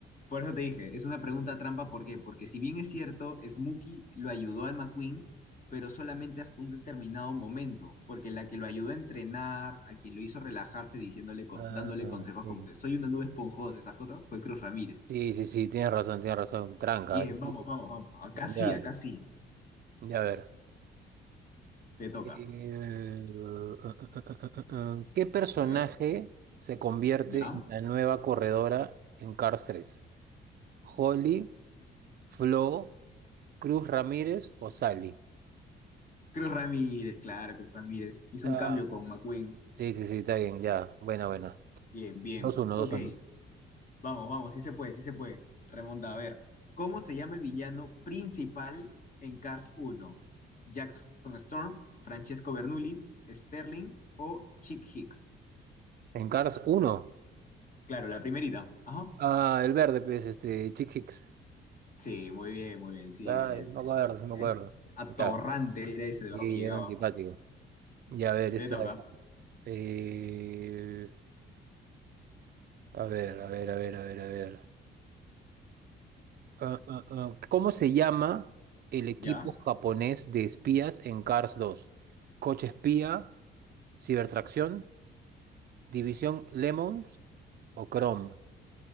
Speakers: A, on the left; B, on the right.
A: Por eso te dije, es una pregunta trampa, ¿por qué? Porque si bien es cierto, Smokey lo ayudó al McQueen, pero solamente hasta un determinado momento, porque la que lo ayudó a entrenar, a quien lo hizo relajarse diciéndole, co-
B: Ah,
A: dándole consejos
B: sí.
A: como que soy una nube esponjosa, esas cosas, fue Cruz Ramírez.
B: Sí, sí, sí, tienes razón, tienes razón. Tranca,
A: Bien,
B: difícil.
A: vamos, vamos, vamos. Acá
B: Ya,
A: sí, acá sí,
B: ya a ver.
A: te toca.
B: Eh, <laughs> ¿qué personaje
A: A ver,
B: se convierte
A: ¿Ya?
B: en la nueva corredora en Cars tres ¿Holly? Flo, Cruz Ramírez o Sally.
A: Cruz Ramírez, claro, Cruz Ramírez. Hizo
B: Ah,
A: un cambio con McQueen.
B: Sí, sí, sí, está bien, ya. Buena, buena.
A: Bien, bien.
B: dos uno
A: Ok,
B: dos uno
A: Vamos, vamos, sí se puede, sí se puede. Remonta, a ver. ¿Cómo se llama el villano principal en Cars 1? ¿Jackson Storm, Francesco Bernoulli, Sterling o Chick Hicks?
B: En Cars uno
A: Claro, la primerita. Ajá.
B: Ah, el verde, pues, este, Chick Hicks.
A: Sí, muy bien, muy bien. Sí,
B: Claro,
A: sí, es,
B: sí me
A: es-
B: acuerdo, sí me
A: es
B: acuerdo.
A: atorrante
B: Ya.
A: era ese, de
B: Sí,
A: verdad me llegaba.
B: era antipático. Ya, a ver,
A: Te
B: esta.
A: toca.
B: eh, a ver, a ver, a ver, a ver, a ver. Ah, ah, ah, ¿Cómo se llama el equipo
A: ¿Ya?
B: japonés de espías en Cars dos ¿Coche espía? ¿Cibertracción? División Lemons o Chrome.